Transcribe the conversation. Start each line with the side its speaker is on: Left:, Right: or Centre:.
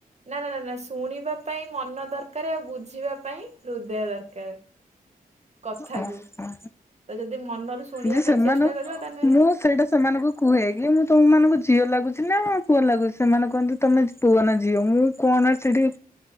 Right: ନା ନା ନା ନା ଶୁଣିବା ପାଇଁ ମନ ଦରକାର ଆଉ ବୁଝିବା ପାଇଁ ହୃଦୟ ଦରକାର। କଥାକୁ
Left: ଓହୋ
Right: ତ ଯଦି ମନରୁ ଶୁଣିବା
Left: ଯେ
Right: ପାଇଁ
Left: ସେମାନେ
Right: ଚେଷ୍ଟା କରିବ ତାହେଲେ
Left: ମୁଁ ସେଇଟା ସେମାନଙ୍କୁ କୁହେ କି ମୁଁ ତମମାନଙ୍କୁ ଝିଅ ଲାଗୁ ଛି ନା ପୁଅ ଲାଗୁଛି ସେମାନେ କହନ୍ତି ତମେ ପୁଅ ନା ଝିଅ ମୁଁ କଣ ସେଠି